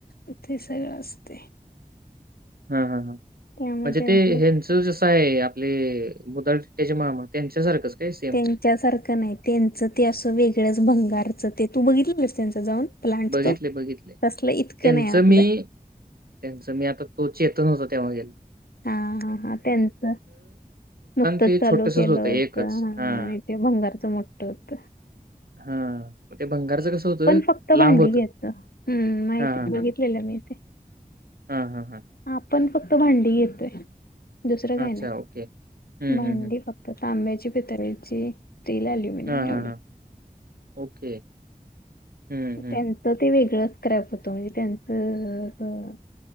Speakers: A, on the left; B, on the right.
A: इ तेे सगळं असते.
B: हा. हा. हा.
A: त्यामध्ये
B: म्हणजे ते
A: आपलं
B: हेंच जस <unintelligible> आपले बधळ्याचे मामा त्यांच्यासारखंच. काय सेम?
A: तेच्यासारखं नाही त्यांचं ते असं वेगळंच भंगारच ते तू बघितलंस त्यांचं जाऊन प्लांट
B: बघितले
A: तो
B: बघितले त्यांचं
A: तसलं इतकं नाही आपलं
B: मी त्यांचं मी आता तो चेतन होता त्या मध्ये
A: हा हा त्यांच नुकतच
B: ते
A: चालू
B: छोटंसंच
A: केलं
B: होतं
A: होत
B: एकच.
A: ह,
B: हां,
A: आणि ते भंगारच मोठ <unintelligible> <inaudible>
B: हा मग ते बंघांरचं कसं होतं
A: फक्त भांडी
B: लांब होतं.
A: घेत, हम् माहिती
B: हां, हां,
A: बघितलेलं
B: हां.
A: मी,
B: हां, हां, हां.
A: आपण फक् भांडी येतोय दुसर
B: अच्छा
A: का नाही,
B: ओके. हं,
A: भांडी
B: हं, हं.
A: फक्त तांब्याची <unintelligible> स्टील अल्युमिनियम
B: हां,
A: एवढंच.
B: हां, हां. ओके. हं, हं.
A: त्यांचं ते वेगळंच क्रॅप होतं म्हणजे त्यांचं